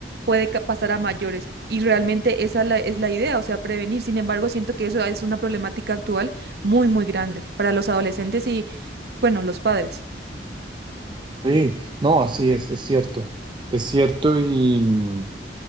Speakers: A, on the right; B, on the right.
A: puede ca- pasar a mayores. Y realmente esa la- es la idea, o sea, prevenir. Sin embargo, siento que eso es una problemática actual muy, muy grande para los adolescentes y, bueno, los padres.
B: Sí, no, así es, es cierto, es cierto y, mm,